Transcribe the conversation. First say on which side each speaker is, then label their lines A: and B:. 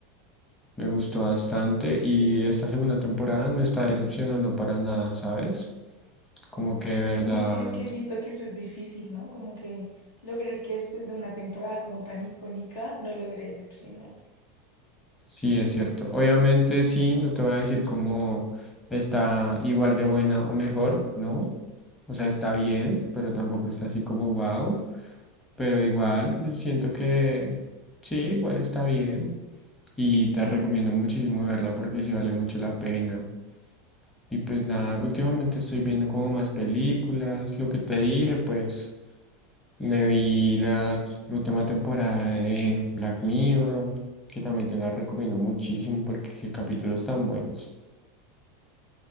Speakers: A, on the left; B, on the left.
A: Me gustó bastante y esta segunda temporada no está decepcionando para nada, ¿sabes? Como que de verdad,
B: Uy, sí, es que siento que eso es difícil, ¿no? Como que lograr que después de una temporada como tan icónica, no logre decepcionar.
A: sí es cierto. Obviamente sí, no te voy a decir cómo está igual de buena o mejor, ¿no? O sea, está bien, pero tampoco está así como wow. Pero igual, yo siento que sí, igual está bien. Y te recomiendo muchísimo verla porque sí vale mucho la pena. Y pues nada, últimamente estoy viendo como más películas. Lo que te dije, pues me vi la última temporada de Black Mirror, que también te la recomiendo muchísimo porque qué capítulos tan buenos.